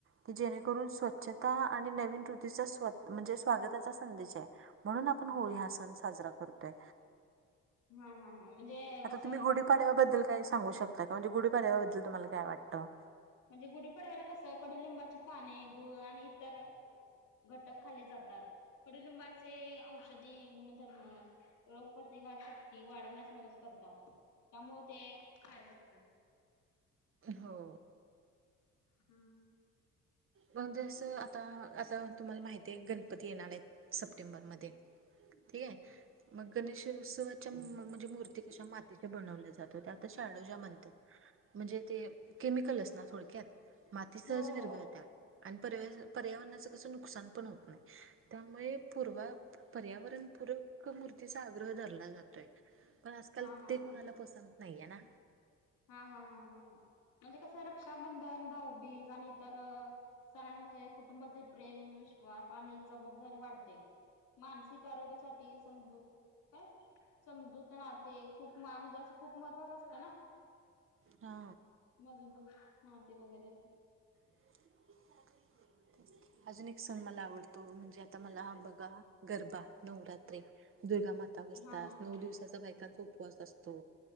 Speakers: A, on the right; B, on the left.
A: की जेणेकरून स्वच्छता आणि नवीन ऋतीचा स्वछ म्हणजे स्वागताचा संदेश आहे, म्हणून आपण होळी हा सण साजरा करतोय.
B: हम हा आ म्हणजे,
A: आता
B: असं
A: तुमी गुढीपाडव्याबद्दल काही सांगु शकता का. म्हणजे गुढीपाड्याबद्दल तुमला काय वाटतं?
B: म्हणजे गुढी पडवायला कसं कडु लिंबाची पाने गुळ आणि इतर, घटक खाल्ले जातात, कडदुंबाचे औषधी गुणधर्म- रोग प्रतिकार शक्ती वाढवण्यास मदत करतात, त्यामुळे ते खायचं
A: हो
B: हम् ह
A: म्हनजे जस आता आता तुम्हाला माहित आहे गणपती येणार आहेत. सप्टेंबरमध्ये ठीक आहे. मग गणेशोत्सवाच्या म्हणजे मूर्ती कशा मातीच्या बनवल्या जात होत्या आता शाडूच्या बानतात. म्हणजे ते केमिकल असणार थोडक्यात माती सहज
B: हो
A: विरघळत्या.
B: हो
A: आणि पर पर्यावरणाच कसं नुकसान पण होत नाही त्यामुळे पूर्वा पर्यावरणपूरक मूर्तीचा, आग्रह धरला जातोय. पण आजकाल,
B: हा हा
A: ते कुणाला
B: हा
A: पसंत नाहीे ये ना?
B: हा -हा -हा -हा म्हणजे कसं रक्षाबंधन, भाऊबीज आणि इतर अ सणानमुळे कुटुंबातील प्रेम, विश्वास आणि जबाबदारी वाढते. मानसिक आरोग्यासाठी समझोक काय, समजूत नाते, खूप मान, असं खूप महत्त्वाचं असतं ना?
A: हा
B: मजबूत नातेे वगैरे असं
A: <unintelligible> अजून एक सण मला आवडतो, म्हणजे आता मला बघा, गरबा नवरात्री, दुर्गा माता बसतात,
B: हा हा
A: नऊ
B: हा
A: दिवसाचा बायकांचा उपवास असतो.